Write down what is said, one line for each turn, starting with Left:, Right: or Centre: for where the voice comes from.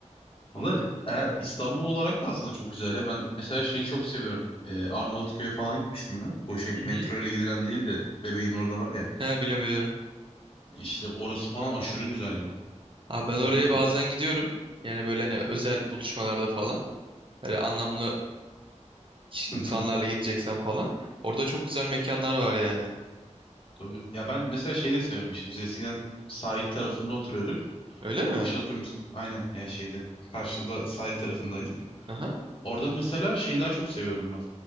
Left: Valla eğer İstanbul olarak da aslında çok güzel ya. Ben mesela şeyi çok seviyorum. Ee, Arnavutköy'e falan gitmiştim ben. Bu şey
Right: Hı hı.
Left: metro ile gidilen değil de bebeğin orada var ya.
Right: He biliyorum biliyorum.
Left: İşte orası falan aşırı güzel ya.
Right: Abi ben oraya
Left: Ya bilmiyorum.
Right: bazen gidiyorum. Yani böyle hani özel buluşmalarda falan. Böyle anlamlı
Left: Hı
Right: insanlarla
Left: hı.
Right: gideceksen falan. Orada çok güzel mekanlar var yani.
Left: Tabii. Ya ben mesela şeyi de seviyorum. İşte biz eskiden sahil tarafında oturuyorduk.
Right: Öyle mi?
Left: İşte oturuyoruz. Aynen ya şeyde karşıda sahil tarafındaydık.
Right: Aha.
Left: Orada mesela şeyi daha çok seviyordum ben.